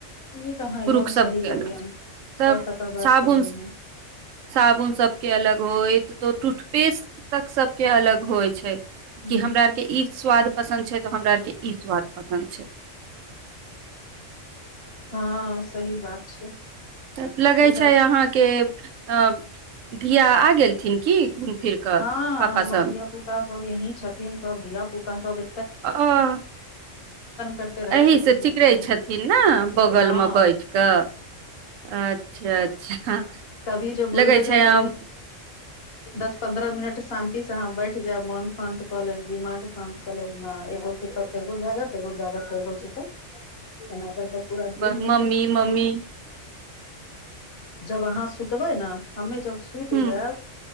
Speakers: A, on the left; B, on the right.
A: ई तऽ अहाँ
B: पुरुख
A: एकदम
B: सबके
A: सही बोललियै
B: अलग
A: हन
B: छै तब
A: सौ टका बात
B: साबुन
A: कहली
B: साबुन सबके अलग होएईत टूथपेस्ट पसन्दक सब के अलग होइ छै
A: हन
B: कि हमरा आर के इ स्वाद पसन्द छै तऽ हमरा आर के ई स्वाद पर <unintelligible>
A: हँ सही बात छै
B: तब लगे
A: ई बात
B: छै अहाँके अ धिया आ गेलथिन की घूम फिर कऽ
A: हँ
B: पापा
A: हमर
B: संग
A: धिया पुता सब यहीं छथिन सब धिया पुता सब अ
B: <unintelligible>
A: करते रहै
B: एीसँ
A: छथिन
B: चिकरै
A: न जब
B: छथिन न बगलमे
A: हँ
B: बैठ कऽ अच्छा अच्छा
A: तभी जे बुझबै
B: लगै छै
A: जे तनी
B: आम
A: दस पन्द्रह पन्द्रह मिनट शांति स अहाँ बैठ जायब मुन शान्त कऽ लेब दिमाग शान्त कऽ लेब ना एगो सुत्त्त एगो जागत एगो जागत एगो सुत्तल एना कर कऽ पूरा दिन
B: बस
A: निकलै
B: मम्मी
A: छै
B: मम्मी
A: जब अहाँ सुतबै न हमे जब सुइत
B: ह
A: जेयब